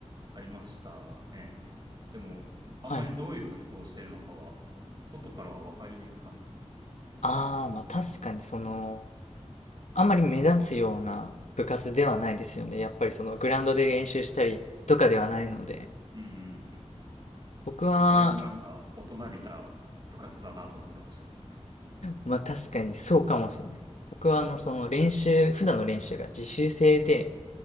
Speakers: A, on the right; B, on the left.
A: ありましたね。でも、あんまりどういう活動をしてるのかは、
B: はい。
A: 外からは分かりにくかったですね。
B: ああ、まあ確かにその、あんまり目立つような部活ではないですよね。やっぱりそのグラウンドで練習したりとかではないので。
A: うんうんうん。
B: 僕は、
A: だいぶなんか大人びた部活だなと思ってましたよ。
B: まあ確かにそうかもしれない。僕はあのその練習、普段の練習が自習制で、